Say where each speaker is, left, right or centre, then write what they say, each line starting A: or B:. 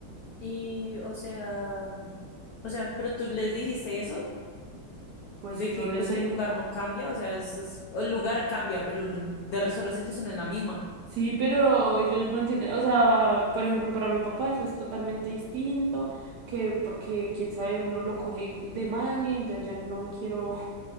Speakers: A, on the left (about 80°); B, on the right (about 70°).
A: Y, o sea, o sea, pero tú les dijiste eso.
B: Pues
A: de
B: yo
A: que
B: les
A: pues el
B: he dicho,
A: lugar no cambia, o sea, es, es- el lugar cambia, pero el de resto la situación es la misma.
B: sí, pero ellos no entienden, o sea, por ejemplo, para mi papá eso es totalmente distinto, que porque quién sabe, uno lo coge de maña, entonces ya no quiero